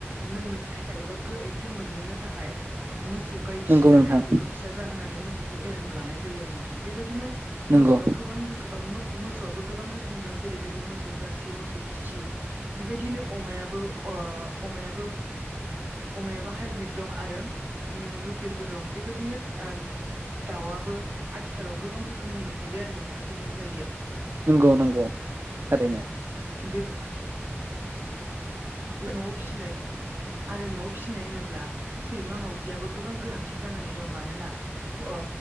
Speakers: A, on the right; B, on the right.
A: लोंनो थाखाय एबा गैखेर मोनलोंनो थाखाय मोसौ गाय फिसिनानै
B: नंगौ नोंथां
A: बेखौ फिसा जाहोनानै मोसौखौ एरहोनो लानाय जायो आरो नोंथां बेबायदिनो
B: नंगौ
A: मोसौआ गोबां रोखो ओ मोसौआबो गोबां रोखोमनि दं जेरैबायदि मोसौ जार सि मोसौ दिसि बेबायदिनो अमायाबो ओ अमायाबो अमायाबो हाइब्रिद दं आरो उम लकेलबो दं बेबायदिनो ओ दाउआबो आथिखालाव गोबां रोखोमनि मोनफैबाय आरो नोंथां जोंनि जायगायाव
B: नोंगौ नोंगौ थारैनो
A: बेबा बेन'आव फिसिनाय आरो न' फिसिनाय होनोब्ला सैमा मावजियाबो गोबां गोनांथि जानानै दं मानोना ह अ